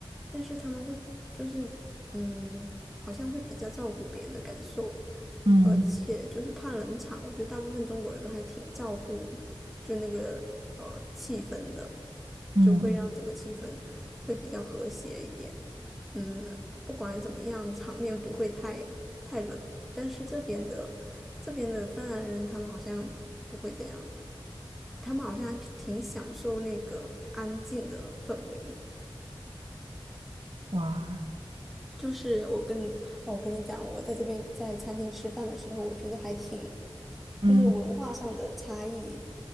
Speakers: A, in the centre; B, on the right.
A: 但是他们会就是嗯，好像会比较照顾别人的感受，
B: 嗯
A: 而且就是怕冷场，我觉得大部分中国人都还挺照顾就那个呃气氛的，
B: 嗯，
A: 就会让整个气氛会比较和谐一点。嗯，不管怎么样，场面不会太太冷。但是这边的这边的芬兰人，他们好像不会这样，他们好像还挺享受那个安静的氛围。
B: 哇，
A: 就是我跟你，哦，我跟你讲，我在这边在餐厅吃饭的时候，我觉得还挺
B: 嗯
A: 就是文化上的差异